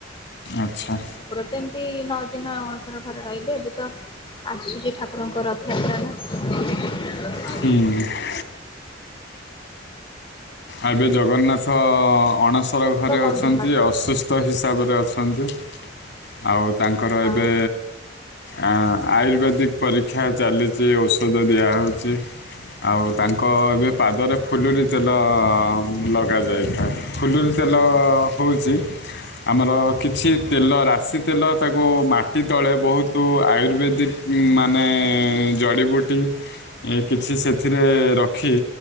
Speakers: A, on the left; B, on the left.
A: ଆଚ୍ଛା!
B: ପ୍ରୋତେନ୍ତି ନଅଦିନ <unintelligible> ଠାକୁର ଘରେ ରହିବେ ଏବେ ତ ଆସୁଛି। ଠାକୁରଙ୍କ ରଥଯାତ୍ରା
A: ହୁଁ, ଆଗେ ଜଗନ୍ନାଥ ଅଣସ ଅଣସର ଘରେ
B: କଣ
A: ଅଛନ୍ତି।
B: ଦିନ ବା
A: ଅସୁସ୍ଥ ହିସାବରେ ଅଛନ୍ତି। ଆଉ ତାଙ୍କର
B: ହଁ।
A: ଏବେ ଆ ଆୟୁର୍ବେଦିକ ପରୀକ୍ଷା ଚାଲିଚି, ଔଷଧ ଦିଆହଉଛି, ଆଉ ତାଙ୍କ ଏବେ ପାଦରେ ଫୁଲୁରି ତେଲ ଅ ଲଗାଯାଇଥାଏ। ଫୁଲୁୁରି ତେଲ ହଉଚି ଆମର କିଛି ତେଲ ରାଶିତେଲ ତାକୁ ମାଟିତଳେ ବହୁତ ଆୟୁର୍ବେଦିକ ମାନେ ଜଡିବୁଟି ଏ କିଛି ସେଥିରେ ରଖି